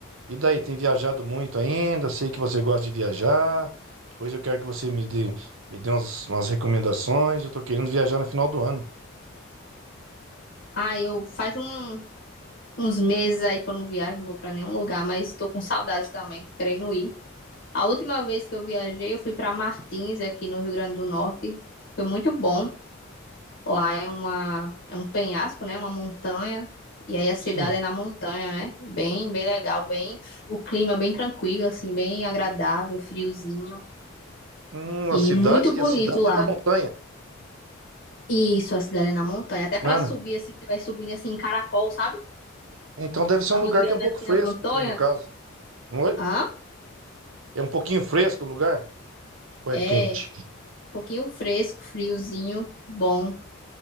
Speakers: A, on the right; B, on the left.
A: E daí, tem viajado muito ainda? Sei que você gosta de viajar. Depois eu quero que você me dê, me dê umas, umas recomendações. Eu tô querendo viajar no final do ano.
B: Ah, eu faz um- uns meses aí que eu não viajo, não vou pra nenhum lugar, mas tô com saudade também, tô querendo ir. A última vez que eu viajei, eu fui pra Martins, aqui no Rio Grande do Norte. Foi muito bom. Lá é uma, é um penhasco, né? Uma montanha. E aí a cidade
A: Sim.
B: é na montanha, né? Bem, bem legal, bem, o clima é bem tranquilo, assim, bem agradável, friozinho.
A: Hum,
B: E
A: a cidade,
B: muito bonito
A: e a cidade
B: lá.
A: é na montanha.
B: Isso, a cidade é na montanha. Até pra
A: Nana.
B: subir, assim, você vai subindo assim em caracol, sabe?
A: Então deve ser
B: Arrodeando
A: um lugar que é um pouco
B: assim
A: fresco,
B: a montanha.
A: então, no caso. Não é?
B: Ah,
A: É um pouquinho fresco o lugar? Ou é
B: é.
A: quente?
B: Um pouquinho fresco, friozinho, bom,